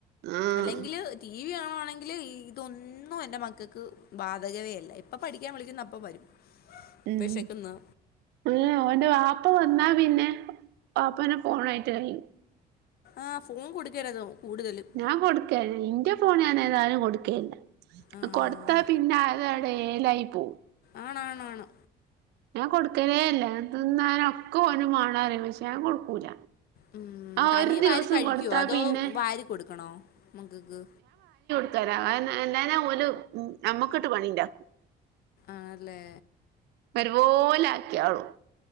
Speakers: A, on the right; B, on the left.
A: ആഹ്
B: അല്ലെങ്കില് ടി വി ങ്കില് ഇതൊന്നും എൻ്റെ മക്കക്ക് ബാധകവേ അല്ല എപ്പൊ പഠിക്കാൻ വിളിക്കുന്നോ അപ്പൊ വരും
A: ഉം
B: വിശക്കുന്ന്
A: <unintelligible> ഓന്റെ വാപ്പ ഇപ്പ വന്നാ പിന്നെ വാപ്പനെ ഫോണേറ്റായി
B: ആ ഫോം കൊടുക്കരുത് കൂടുതലും
A: ഞാൻ കൊടുക്കലില്യ ഇന്റെ ഫോണ് ഞാൻ ഏതായാലും കൊട്ക്കെയില്ല
B: ആഹ്
A: അ കൊടുത്താ പിന്നെ ആ ലേലായി പോവും
B: ആണാണാണ്
A: ഞാ കൊടുക്കലേ ഇല്ല തിന്നാനൊക്കെ ഓന് മാണം പ റിംപക്ഷേ ഞാന് കൊടുക്കൂല
B: ഉം
A: ആഹ്
B: തനിയേ
A: ഒരു ദിവസം
B: വാരി കഴിക്യോ
A: കൊടുത്താ
B: അതോ
A: പിന്നെ
B: വാരി കൊടുക്കണോ മക്കക്
A: <unintelligible> ഒരു നമ്മക്ക്ട്ട് പണിണ്ടാക്കും
B: ആണ്ല്ലേ
A: വരോലെ ആക്കിയോളും